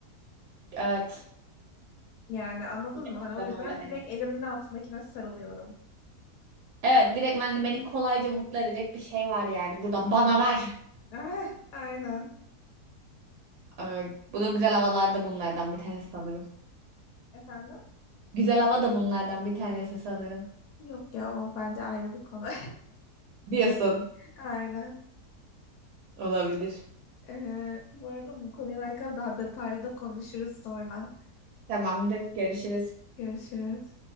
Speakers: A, on the right (about 80°); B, on the left (about 75°).
A: Evet.
B: Yani anladın mı?
A: Gerçekten
B: Hani o yüzden
A: öyle hani.
B: direkt elimin altındakine sarılıyorum.
A: Evet direktmen beni kolayca mutlu edecek bir şey var yani. Burada bana ver.
B: <laughs> Aynen.
A: Ee, bu da güzel havalarda bunlardan bir tanesi sanırım.
B: Efendim?
A: Güzel hava da bunlardan bir tanesi sanırım.
B: Yok ya o bence ayrı bir konu.
A: Diyorsun.
B: <laughs> Aynen.
A: Olabilir.
B: Ee, bu arada bu konuyla alakalı daha detaylı da konuşuruz sonra.
A: Tamamdır. Görüşürüz.
B: Görüşürüz.